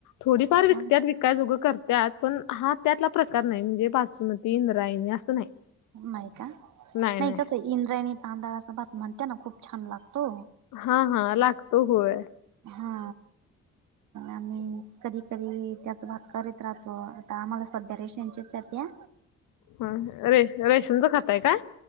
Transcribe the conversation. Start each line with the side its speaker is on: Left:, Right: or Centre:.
Left: थोडीफार विकत
Right: हम् हम
Left: विकयजोगं करतात. पण हा त्यातला प्रकार नाही म्हणजे बासुमती इंद्रायणी असं नाही.
Right: नाई का?
Left: नाही
Right: नाई
Left: नाही
Right: कसं ए... इंद्रायणी तांदळाचा भात म्हणते ना... खूप छान लागतो
Left: हा हा... लागतो होय
Right: हा... आणि कधी कधी... त्याचा भात करीत राहतो, आता आम्हाला सध्या रेशनचेच येत्या
Left: हा... रे... रेशनचं खाताय काय?